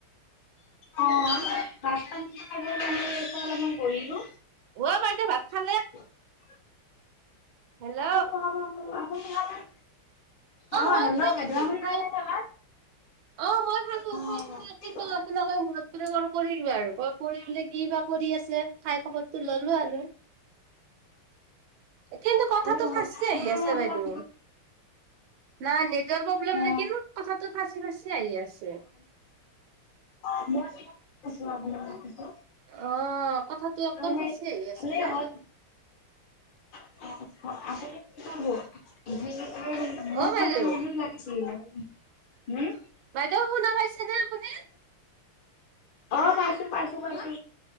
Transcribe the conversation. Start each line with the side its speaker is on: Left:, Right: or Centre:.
Left: অ' ভাত পানী খাই বৈ অলপমান ইয়াতে বহিলোঁ।
Right: অঁ বাইদেউ ভাত খা
Left: <inaudible>
Right: হেল্ল'
Left: আপুনি খালেনে? অ'
Right: মই
Left: হেল্ল'
Right: খাই
Left: বাইদেউ
Right: দিলো
Left: আপুনি
Right: খাই
Left: খালেনে ভাত?
Right: অ মই খালোঁ।
Left: অ
Right: খাই পেলাই <unintelligible>
Left: ঠিক আছে
Right: আপোনালৈ ঘৰত কল কৰিলোঁ আৰু কল কৰিলে কি বা কৰি আছে খাই খবৰ তো ললো আৰু। কিন্তু কথাটো
Left: ভালে হ'ল
Right: ফাঁচি আহি
Left: মই মানে
Right: আছে
Left: আপোনাক
Right: বাইদেউ, নাই নেট নেটৰ প্ৰব্লেম
Left: অ
Right: নেকিন কথাটো ফাঁচি ফাচি আহি আছে।
Left: অ <unintelligible>
Right: অ', কথাটো একদম
Left: ভালে
Right: ফাচি আহি আছে যে।
Left: হ'ল <unintelligible> মোক
Right: অ বাইদেউ
Left: মানে সেইটো লাগিছিল। হুম
Right: বাইদেউ শুনা পাইছেনে আপুনি?
Left: অ পাইছো পাইছো পাইছো।